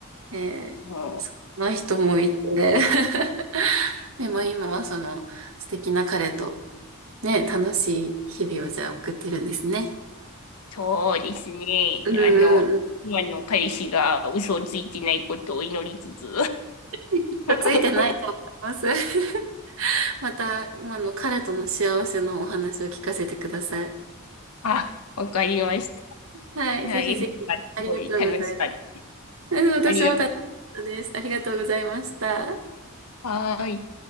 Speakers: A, on the right; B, on the left.
A: ええ、
B: もう、
A: そんな人もいて。<laughs> でも今はその素敵な彼とね、楽しい日々をじゃあ送ってるんですね。
B: そうですね。
A: うんうんうん。
B: あの、
A: <laughs>
B: 今の彼氏が嘘をついてないことを祈りつつ。
A: きっとついてないと思います。
B: <laughs>
A: <laughs> また今の彼との幸せのお話を聞かせてください。
B: あ、わかりました。
A: はい、
B: いや、
A: ぜひぜひ。
B: よかったすごい楽しかった。
A: ありがとうございます。うん、私も楽しかったです。
B: ありがと
A: ありがとうございました。
B: う。はーい。